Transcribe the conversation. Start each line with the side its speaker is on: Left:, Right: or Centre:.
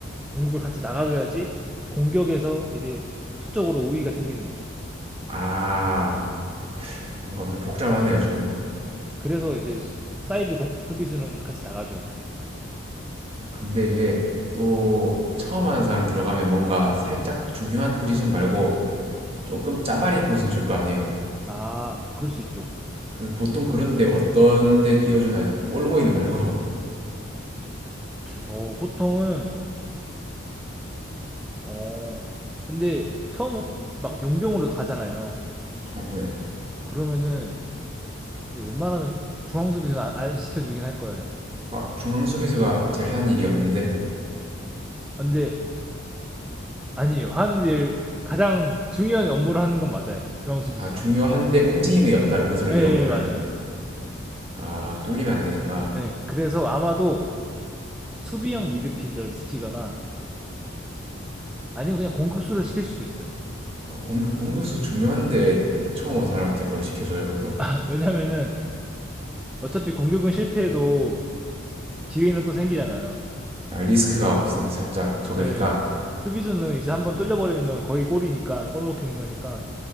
Centre: 공격을 같이 나가줘야지 공격에서 이제 수적으로 우위가 생기는 거죠.
Right: 아, 뭔가 좀 복잡하네요, 좀.
Centre: 네. 그래서 이제 사이드 공- 수비수는 같이 나가줘야 돼.
Right: 근데 이게 또 처음 하는 사람 들어가면 뭔가 살짝 중요한 포지션 말고 조금 짜바리 포지션 줄 거 아니에요.
Centre: 아, 그럴 수 있죠.
Right: 그 보통 그런데 어떤 데 끼워주나요? 볼보이는 말고. <laughs>
Centre: 어, 보통은 어, 근데 처음 막 용병으로 가잖아요.
Right: 어, 네.
Centre: 그러면은 근데 웬만하면 중앙 수비수는 안, 안 시켜주긴 할 거예요.
Right: 아, 중앙 수비수가 제일 한 일이 없는데?
Centre: 근데 아니에요. 하는 일 가장 중요한 업무를 하는 건 맞아요. 중앙 수비수가.
Right: 아, 중요한데 움직임이 없다. 그거 소리죠,
Centre: 예,
Right: 그러면.
Centre: 예 맞아요.
Right: 아, 뚫리면 안 되니까.
Centre: 예. 그래서 아마도 수비형 미드필더를 시키거나 아니면 그냥 공격수를 시킬 수도 있어요.
Right: 아, 공격, 공격수 중요한데 처음 온 사람한테 그걸 시켜줘요, 그거를?
Centre: <laughs> 왜냐면은 어차피 공격은 실패해도 기회는 또 생기잖아요.
Right: 아, 리스크가 없으니 살짝 적으니까.
Centre: 예. 수비수는 이제 한번 뚫려버리면은 거의 골이니까 골 먹히는 거니까.